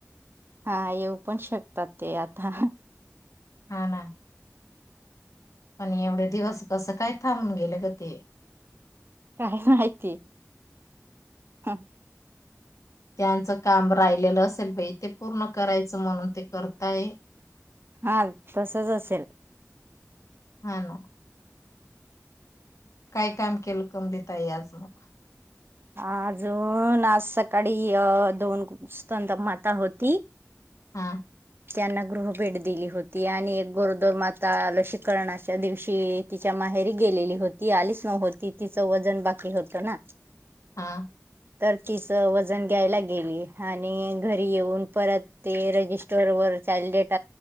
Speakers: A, on the right; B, on the left.
A: हा येऊ पण शकतात ते आता
B: हा ना पण एवढे दिवस कसं काय थांबून गेले ग ते
A: काय माहिती? हा
B: त्यांचं काम राहिलेलं असेल पई ते पूर्ण करायचं म्हणून ते करताय
A: हा तसच असेल.
B: हा ना. काय काम केलं कमलीताई आज मग?
A: अजून आज सकाळी अ दोन स्तनदा माता होती
B: हा
A: त्यांना गृह भेट दिली होती आणि एक गोरदोर माता लशीकरणाच्या दिवशी तिच्या हे गेलेली होती आलीच न होती तिच वजन बाकी होत ना
B: हा
A: तर तिच वजन घ्यायला गेली आणि घरी येऊन परत ते रजिस्टोर व चा डेट